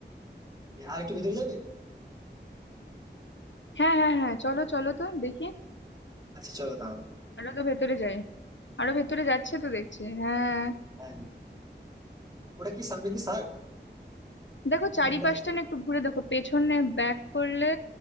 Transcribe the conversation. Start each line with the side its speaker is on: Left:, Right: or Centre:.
Right: আর একটু ভিতরে যাবে
Left: হ্যাঁ হ্যাঁ হ্যাঁ চলো চলো তো দেখি
Right: আচ্ছা চলো তাহলে
Left: আরো তো ভেতরে যাই আরো ভেতরে যাচ্ছে তো দেখছি হ্যাঁ
Right: হ্যাঁ হ্যাঁ। ওটা কি সামনে কি স্যার
Left: দেখো চারিপাশটা
Right: চিন্তা করছি
Left: না একটু ঘুরে দেখো পেছনে ব্যাক করলে